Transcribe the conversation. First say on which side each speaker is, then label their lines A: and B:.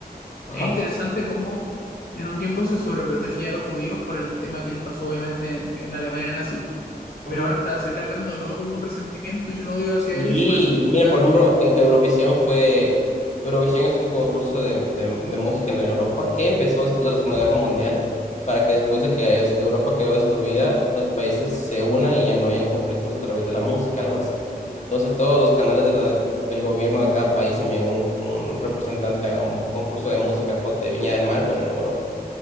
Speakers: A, on the left; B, on the left.
A: Ajá.
B: Es interesante cómo en un tiempo se sobreprotegía a los judíos por el tema que les pasó obviamente en, en la Alemania nazi,
A: Ujú.
B: pero ahora está, se está creando de nuevo como un resentimiento y un odio hacia
A: Sí,
B: ellos por el tema de
A: mira,
B: Gaza.
A: por ejemplo, E- Eurovisión fue, Eurovisión es un concurso de, de- de música en Europa que empezó después de la Segunda Guerra Mundial para que después de que es- Europa quedó destruida, los países se unan y ya no hayan conflictos a través de la música, algo así. Entonces todos los canales de radio- del gobierno de cada país envían un, un representante a un concurso de música, ponte Viña del Mar, pero en Europa,